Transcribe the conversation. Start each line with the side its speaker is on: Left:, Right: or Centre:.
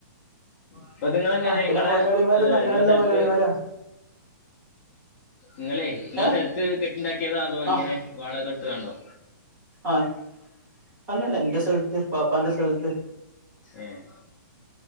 Left: അപ്പൊ ഇത് നിങ്ങളെങ്ങനെ
Right: ആ പിന്നെ
Left: നിങ്ങളെ
Right: മുതലാളിമാര്
Left: ഏഹ്
Right: നല്ല
Left: നിങ്ങളെ
Right: നല്ല
Left: സ്ഥലത്ത്
Right: മുതലാളിമാരാ
Left: നിങ്ങളെ ങ്ങളെ
Right: ഏ
Left: സ്ഥലത്ത് കെട്ടിണ്ടാക്കിയതൊ അതോ എങ്ങനെ
Right: ആ
Left: വാടകെടുത്ത്കാണ്ടോ
Right: ആഹ് അതോന്നുഅല്ല ഇന്റെ സൽത്ത് വാപ്പാന്റെ സൽത്ത്
Left: ഉം